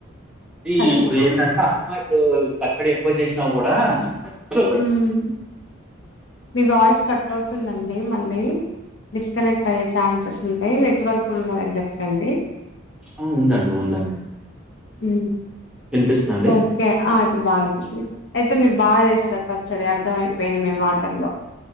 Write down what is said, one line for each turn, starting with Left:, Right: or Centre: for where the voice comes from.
Centre: అ
Left: హలో
Centre: ఇప్పుడు ఏంటంటే అమ్మా ఇప్పుడు పచ్చడి ఎక్కువ చేసినా కూడా చబ
Left: హ్మ్. మీ వాయిస్ కట్ అవుతుందండి మళ్ళీ డిస్కనెక్ట్ అయ్యే ఛాన్సెస్ ఉంటాయి నెట్వర్క్ ఉన్న దగ్గరకి రండి
Centre: ఆ ఉందండి ఉందండి
Left: ఉ
Centre: వినిపిస్తుందండి
Left: ఓకే అ ఇప్పుడు బాగా అనిపిస్తుంది అయితే మీరు బాగా చేస్తారు పచ్చడి అర్థం అయిపోయింది మీ మాటల్లో